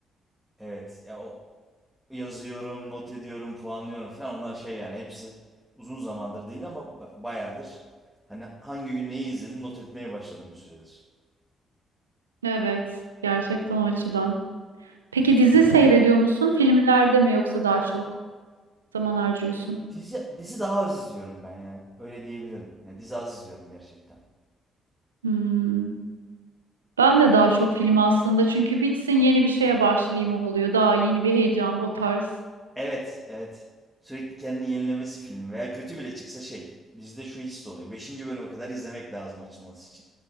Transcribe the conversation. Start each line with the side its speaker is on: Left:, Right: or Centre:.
Centre: Evet ya o yazıyorum, not ediyorum, puanlıyorum falan. Onlar şey yani hepsi uzun zamandır değil ama ba- bayağıdır. Hani hangi gün neyi izledim not etmeye başladım bir süredir.
Right: Evet, gerçekten o açıdan. Peki dizi seyrediyor musun? Filmlerde mi yoksa daha çok zaman harcıyorsun?
Centre: Dizi, dizi daha az izliyorum ben ya. Öyle diyebilirim. Yani dizi az izliyorum gerçekten.
Right: Hmm. Ben de daha çok film aslında çünkü bitsin yeni bir şeye başlayayım oluyor. Daha yeni bir heyecan o tarz.
Centre: Evet, evet. Sürekli kendini yenilemesi filmi veya kötü bile çıksa şey. Dizide şu his de oluyor. Beşinci bölüme kadar izlemek lazım açılması için.